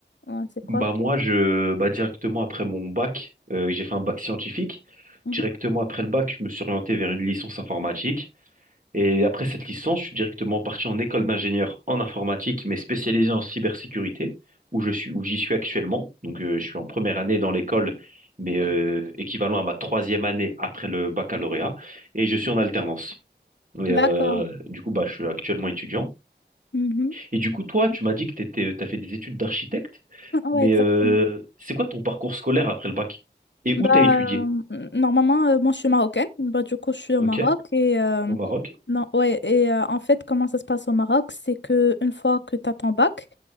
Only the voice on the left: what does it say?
euh, c'est
quoi ton-
Mhm.
D'accord.
Mhm.
<laughs>
Ouais,
exactement.
Bah,
euh, normalement, euh, moi, je suis marocaine. Bah, du coup, je suis au
Maroc. Et, euh,
non, ouais, et euh, en fait, comment ça se passe au Maroc, c'est que une fois que tu as ton bac,